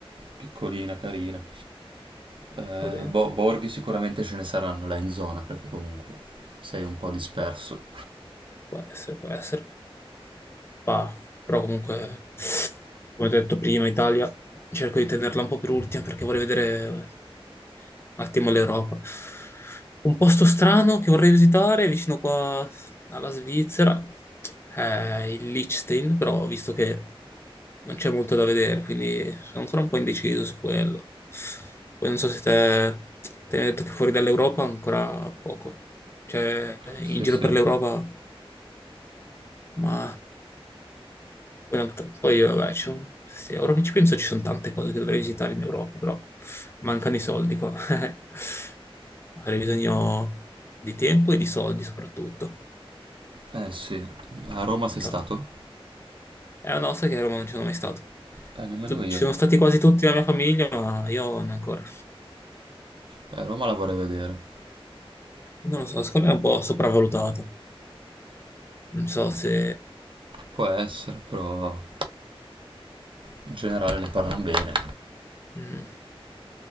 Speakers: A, on the right; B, on the left.
A: piccolina, carina. Eh,
B: Va bene.
A: bo- borghi sicuramente ce ne saranno là in zona, perché comunque sei un po' disperso.
B: Può essere, può essere. Ma- però comunque, come ho detto prima, Italia, cerco di tenerla un po' per ultima perché vorrei vedere un attimo l'Europa. Un posto strano che vorrei visitare vicino qua alla Svizzera è il Liechtenstein, però ho visto che non c'è molto da vedere, quindi sono ancora un po' indeciso su quello. Poi non so se te, te ne hai detto che fuori dall'Europa ancora poco. Cioè, in
A: Sì,
B: giro
A: sì.
B: per l'Europa ma poi, una volta- poi, eh, vabbè, ci sono- sì, ora che ci penso ci sono tante cose che dovrei visitare in Europa, però mancano i soldi qua. <laughs> Avrei bisogno di tempo e di soldi soprattutto.
A: Eh sì,
B: Peccato,
A: a Roma
B: peccato.
A: sei stato?
B: Eh no, sai che a Roma non ci sono mai stato.
A: Eh, nemmeno
B: Tu-
A: io.
B: Ci sono stati quasi tutti la mia famiglia, ma io non ancora.
A: Eh, Roma la vorrei vedere.
B: Non lo so, secondo me è un po' sopravvalutata. Non so se...
A: Può essere, però in generale ne parlano bene.
B: mm.